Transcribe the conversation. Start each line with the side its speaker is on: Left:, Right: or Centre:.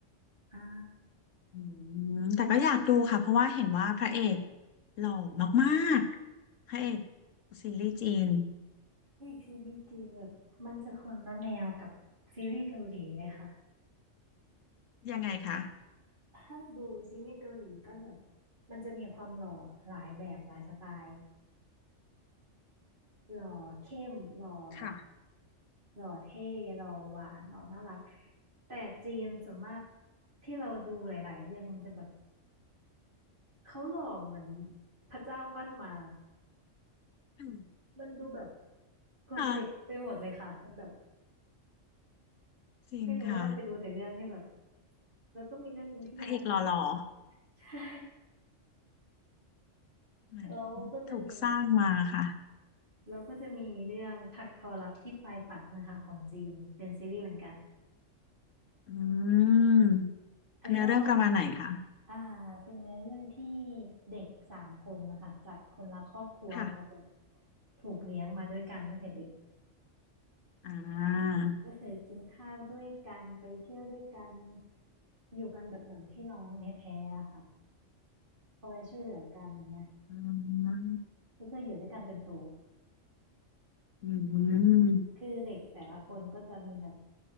Right: อ่า
Left: อืมแต่ก็อยากดูค่ะเพราะว่าเห็นว่าพระเอกหล่อมากๆพระเอกซีรีส์จีน
Right: เอกซีรีส์จีนแบบมันจะคนละแนวกับซีรีส์เกาหลีเลยค่ะ
Left: ยังไงคะ
Right: ถ้าดูซีรีส์เกาหลีก็แบบมันจะมีความหล่อหลายแบบหลายสไตล์หล่อเข้มหล่อแบบ
Left: ค่ะ
Right: หล่อเท่หล่อหวานหล่อน่ารักแต่จีนส่วนมากที่เราดูหลายๆเรื่องมันจะแบบเขาหล่อเหมือนพระเจ้าปั้นมา
Left: อืม
Right: มันดูแบบเพอร์เฟกต์ไปหมดเลยค่ะมันแบบ
Left: ค่ะจริงค่ะ
Right: ไม่รู้ว่าเราไปดูแต่เรื่องที่แบบแล้วก็มีเรื่องหนึ่งที่จะนั้น
Left: พระเอกหล่อ
Right: <laughs> ใช่
Left: ๆเหมือน
Right: แล้วก็จะมีแบบ
Left: ถูกสร้างมาค่ะ
Right: แล้วก็จะมีเรื่องถักทอรักที่ปลายฝันนะคะของจีนเป็นซีรีส์เหมือนกัน
Left: อืม
Right: อันนี้ต้องลอง
Left: เนื้อเรื่องประมาณไหนคะ
Right: อ่าเป็นเนื้อเรื่องที่เด็กสามคนนะคะจากคนละครอบครัวเขาแบบ
Left: ค่ะ
Right: ถูกเลี้ยงมาด้วยกันตั้งแต่เด็ก
Left: อ่า
Right: ก็คือกินข้าวด้วยกันไปเที่ยวด้วยกันอยู่กันแบบเหมือนพี่น้องแท้ๆอะค่ะคอยช่วยเหลือกันอย่างเงี้ย
Left: อืม
Right: ก็คืออยู่ด้วยกันจนโต
Left: อืม
Right: คือเด็กแต่ละคนก็จะมีแบบ